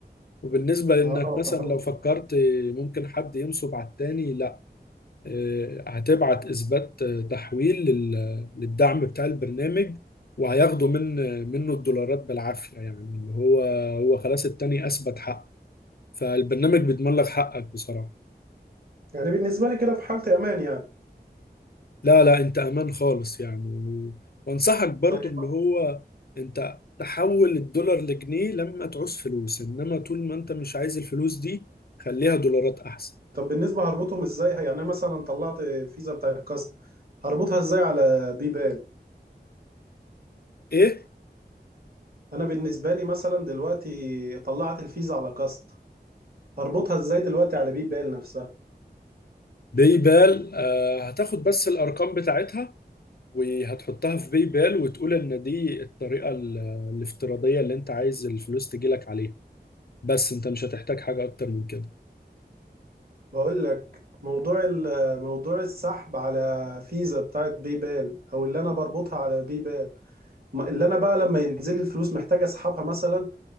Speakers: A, on the left (about 65°); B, on the right (about 60°).
A: وبالنسبة لإنك
B: آه
A: مثلا
B: فهمتك
A: لو فكرت ممكن حد ينصب على التاني لا آه، هتبعت إثبات آه، تحويل لل- للدعم بتاع البرنامج وهياخدوا من منه الدولارات بالعافية يعني اللي هو هو خلاص التاني أثبت حق فالبرنامج بيضمن لك حقك بصراحة
B: يعني بالنسبة لي كده في حالة أمان يعني
A: لا لا أنت أمان خالص يعني و- وأنصحك برضو
B: طيب
A: اللي هو أنت تحول الدولار لجنيه لما تعوز فلوس إنما طول ما أنت مش عايز الفلوس دي خليها دولارات أحسن
B: طب بالنسبة هربطهم ازاي يعني انا مثلا طلعت فيزا بتاع الكاست هربطها ازاي على بيبال
A: إيه؟
B: انا بالنسبة لي مثلا دلوقتي طلعت الفيزا على كاست هربطها ازاي دلوقتي على بيبال نفسها
A: باي بال آه، هتاخد بس الارقام بتاعتها وهتحطها في باي بال وتقول ان دي الطريقه ال- الافتراضيه اللي انت عايز الفلوس تجيلك عليها بس انت مش هتحتاج حاجه اكتر من كده
B: بقول لك موضوع ال- موضوع السحب على فيزا بتاعت بيبال او اللي انا بربطها على بيبال ما- اللي انا بقى لما ينزل لي الفلوس محتاج اسحبها مثلا